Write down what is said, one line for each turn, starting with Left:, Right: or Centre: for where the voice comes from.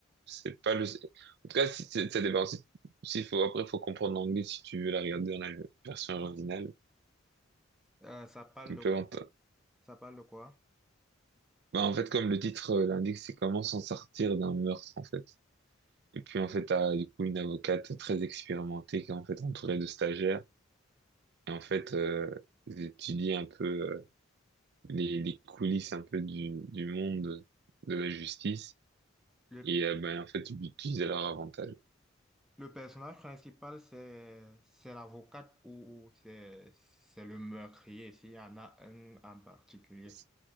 Right: c'est pas le... En tout cas, si, c'est- ça dépend. Si, si faut, après, faut comprendre l'anglais si tu veux la regarder dans la version originale.
Centre: Euh, ça parle
Right: Il
Centre: de,
Right: peut en...
Centre: ça parle de quoi?
Right: Bah, en fait, comme le titre euh, l'indique, c'est comment s'en sortir d'un meurtre, en fait. Et puis, en fait, t'as du coup une avocate très expérimentée qui est en fait entourée de stagiaires. Et en fait, euh, ils étudient un peu euh, les, les coulisses un peu du, du monde de la justice.
Centre: Le,
Right: Et euh, ben, en fait, ils l'utilisent à leur avantage.
Centre: le personnage principal, c'est, c'est l'avocate ou ou c'est, c'est le meurtrier, s'il y en a un en particulier.
Right: C'est